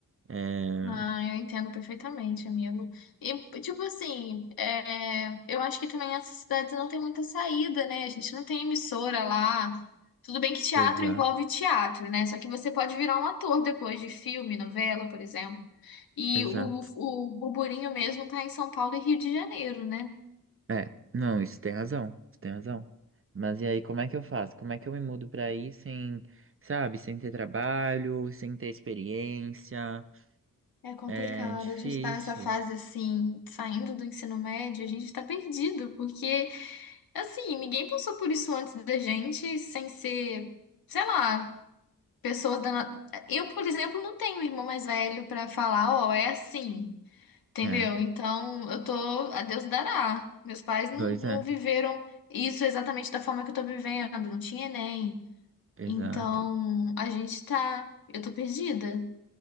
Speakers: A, on the right; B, on the left.
A: É,
B: Ah, eu entendo perfeitamente, amigo. E, tipo assim, é, eu acho que também essas cidades não tem muita saída, né? A gente não tem emissora lá. Tudo bem que teatro
A: exato,
B: envolve teatro, né? Só que você pode virar um ator depois de filme, novela, por exemplo. E
A: exato.
B: o, o burburinho mesmo tá em São Paulo e Rio de Janeiro, né?
A: É, não, isso tem razão, isso tem razão. Mas e aí, como é que eu faço? Como é que eu me mudo para aí sem, sabe, sem ter trabalho, sem ter experiência?
B: É complicado,
A: É difícil.
B: a gente tá nessa fase assim, saindo do ensino médio, a gente está perdido, porque assim, ninguém passou por isso antes da gente, sem ser, sei lá, pessoas da. na- Eu, por exemplo, não tenho irmão mais velho para falar, ó, é assim, entendeu?
A: É,
B: Então, eu tô, a Deus dará. Meus pais não,
A: pois
B: não
A: é.
B: viveram isso exatamente da forma que eu tô vivendo, não tinha Enem.
A: Exato.
B: Então, a gente tá, eu tô perdida.